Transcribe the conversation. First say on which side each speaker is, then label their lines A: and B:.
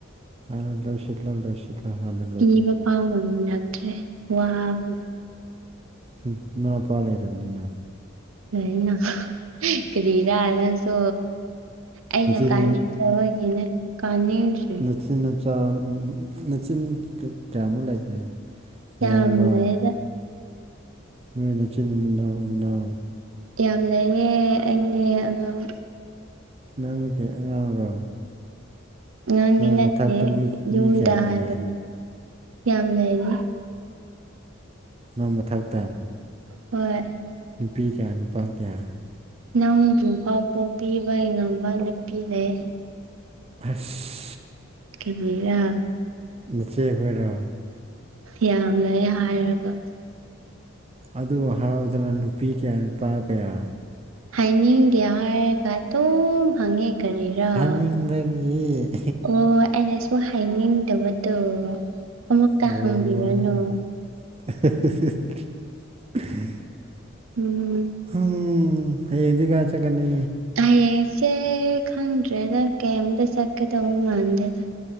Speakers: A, on the right (about 30°); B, on the right (about 85°).
A: ꯍꯥꯟꯅꯥ ꯂꯣꯏꯁꯤꯜꯂꯣ ꯂꯣꯏꯁꯤꯜꯂꯣ ꯍꯥꯟꯅꯥ
B: ꯄꯤꯕ ꯐꯥꯎ ꯉꯝꯂꯛꯇ꯭ꯔꯦ ꯋꯥꯕꯅ
A: ꯎꯝ ꯏꯃꯥ ꯃꯄꯥ ꯂꯩꯔꯕꯅꯤꯅ
B: ꯂꯩꯅ ꯀꯔꯤꯔꯥ ꯅꯪꯁꯨ ꯑꯩꯅ
A: ꯅꯆꯤꯟ
B: ꯀꯥꯅꯤꯡꯗꯕꯒꯤꯅꯦ ꯀꯥꯅꯤꯡꯗ꯭ꯔꯤ
A: ꯅꯆꯤꯟ ꯅꯆꯥ ꯅꯆꯤꯟ ꯀꯌꯥꯃꯨꯛ ꯂꯩꯒꯦ ꯅꯌꯥꯝꯕ
B: ꯌꯥꯝ ꯂꯩꯗ
A: ꯅꯣꯏꯅꯆꯤꯟ ꯃꯅꯥꯎ ꯃꯅꯥꯎ
B: ꯌꯥꯝ ꯂꯩꯌꯦ ꯑꯩꯅꯦ ꯑꯉꯥꯡ
A: ꯅꯪꯅꯥꯀꯩ ꯑꯉꯥꯡꯔꯣ
B: ꯑꯉꯥꯡꯗꯤ
A: ꯅꯪ
B: ꯅꯠꯇꯦ
A: ꯃꯊꯛꯇ ꯃꯤ ꯃꯤ
B: ꯌꯨꯝꯗ
A: ꯀꯌꯥ ꯂꯩꯒꯦ
B: ꯍꯥꯏꯕꯅꯦ ꯌꯥꯝ ꯂꯩꯔꯤ
A: ꯅꯪ ꯃꯊꯛꯇ
B: ꯍꯣꯏ
A: ꯅꯨꯄꯤ ꯀꯌꯥ ꯅꯨꯄꯥ ꯀꯌꯥ
B: ꯅꯪꯕꯨꯐꯥꯎ ꯄꯣꯛꯄꯤꯕꯩꯉꯝꯕ ꯅꯨꯄꯤ ꯂꯩ
A: ꯑꯁ
B: ꯀꯦꯕꯤꯔꯥ
A: ꯅꯆꯦ ꯑꯩꯈꯣꯏꯔꯣ
B: ꯌꯥꯝ ꯂꯩ ꯍꯥꯏꯔꯒ
A: ꯑꯗꯨ ꯍꯥꯎꯗꯅ ꯅꯨꯄꯤ ꯀꯌꯥ ꯅꯨꯄꯥ ꯀꯌꯥ
B: ꯍꯥꯏꯅꯤꯡꯗꯦ ꯍꯥꯏꯔꯒ ꯑꯗꯨꯝ ꯍꯪꯉꯦ ꯀꯔꯤꯔ꯭ ꯑꯣ
A: ꯍꯥꯅꯤꯡꯕꯒꯤ
B: ꯑꯩꯅꯁꯨ ꯑꯣ ꯍꯥꯏꯅꯤꯡꯗꯕꯗꯣ ꯑꯃꯨꯀ
A: ꯑꯣ
B: ꯍꯪꯕꯤꯔꯅꯨ
A: <inaudible>
B: ꯎꯝ
A: ꯎꯝ ꯍꯥꯌꯦꯡꯗꯤ ꯀꯥꯢ ꯆꯠꯀꯅꯤ
B: ꯍꯌꯦꯡꯁꯦ ꯈꯪꯗ꯭ꯔꯦꯗ ꯀꯩꯝꯇ ꯆꯠꯀꯗꯧꯕ ꯃꯥꯟꯗꯦꯗ